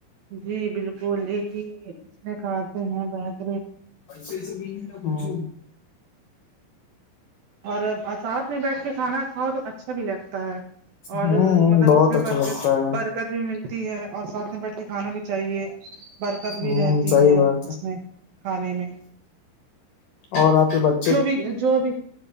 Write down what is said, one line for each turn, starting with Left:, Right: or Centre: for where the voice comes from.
Right: جی بالکل ایک ہی اس میں کھاتے ہیں بہت
Left: ے ز <unintelligible>
Right: اور ساتھ میں بیٹھ کے کھانا کھاؤ تو اچھا بھی لگتا ہے اور
Left: ہوں
Right: مطلب
Left: بہت
Right: اس میں
Left: اچھا
Right: بر
Left: لگتا ہے
Right: بر دقت بھی ملتی ہے اور ساتھ میں بیٹھ کے کھانا بھی چاہیے بر دقت بھی
Left: ہوں
Right: رہتی
Left: صحیح
Right: ہے
Left: بات
Right: اس میں کھانے میں
Left: اور آپ کے بچ
Right: جو بھی جو بھی